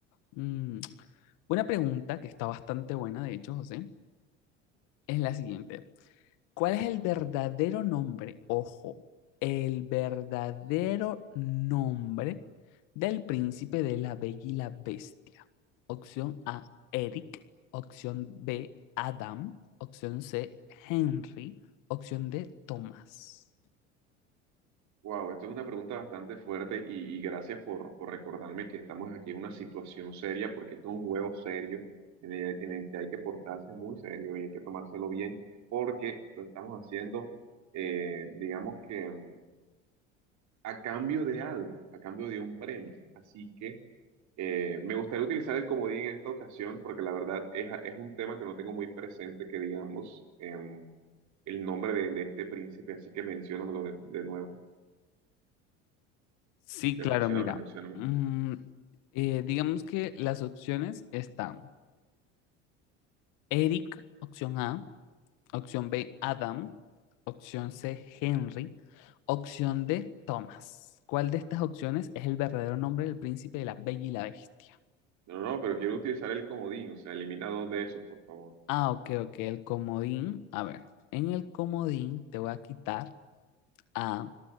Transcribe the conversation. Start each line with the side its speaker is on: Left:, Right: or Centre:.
Left: Mm, <tsk> una pregunta que está bastante buena, de hecho, José es la siguiente. ¿Cuál es el verdadero nombre? Ojo, el verdadero nombre del príncipe de la Bella y la Bestia. Opción A, Eric. Opción B, Adam. Opción C, Henry. Opción D, Thomas.
Right: Wow, esto es una pregunta bastante fuerte y, y gracias por, por recordarme que estamos aquí en una situación seria porque esto es un juego serio en el, en el que hay que portarse muy serio y hay que tomárselo bien porque lo estamos haciendo, eh, digamos que mm, a cambio de algo, a cambio de un premio. Así que eh, me gustaría utilizar el comodín en esta ocasión porque la verdad es, es un tema que no tengo muy presente que digamos em, el nombre de, de este príncipe, así que menciónamelo de, de nuevo,
Left: Sí,
Right: de
Left: claro,
Right: mencióname,
Left: mira.
Right: mencióname.
Left: mm, eh, digamos que las opciones están Eric, opción A, Opción B, Adam. Opción C, Henry. Opción D, Thomas. ¿Cuál de estas opciones es el verdadero nombre del príncipe de la Bella y la Bestia?
Right: No, no, pero quiero utilizar el comodín, o sea, elimina dos de esos, por favor.
Left: Ah, ok, ok, el comodín. A ver, en el comodín te voy a quitar a